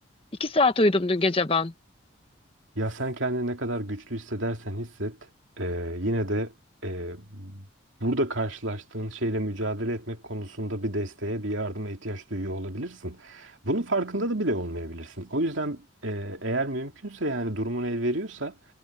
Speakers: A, on the left; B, on the right.
A: İki saat uyudum dün gece ben.
B: Ya sen kendini ne kadar güçlü hissedersen hisset, eee, yine de eee, burada karşılaştığın şeyle mücadele etmek konusunda bir desteğe, bir yardıma ihtiyaç duyuyor olabilirsin. Bunun farkında da bile olmayabilirsin. O yüzden eee, eğer mümkünse yani durumun el veriyorsa